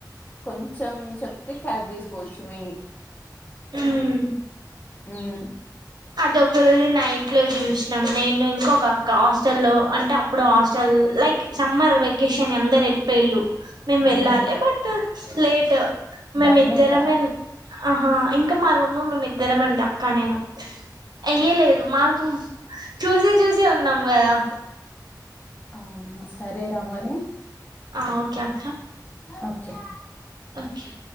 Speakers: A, on the left; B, on the right.
A: కొంచెం చెప్తే క్యారి చేసుకోవచ్చు మేబి.
B: హ్మ్
A: హ్మ్
B: అది ఒక రోజు నైట్ లో చూసినాం నేను ఇంక ఒకక్క హాస్టల్ లో అంటే అప్పుడు హాస్టల్. లైక్ సమ్మర్ వెకేషన్ అందరు వెళ్ళిపోయిళ్ళు. మేము
A: వామ్మో
B: వెళ్ళాలి బట్ లేట్ మేము
A: భయమేదా
B: ఇద్దరమే. ఆహా ఇంకా మా రూమ్ లో మేమి ఇద్దరమే ఉండి అక్క నేను. అయ్య లేదు మాకు చూసే చూసే ఉన్నాం కదా
A: అవునా సరే రా మరి
B: ఆ ఓకే అక్క
A: ఓకే
B: ఓకే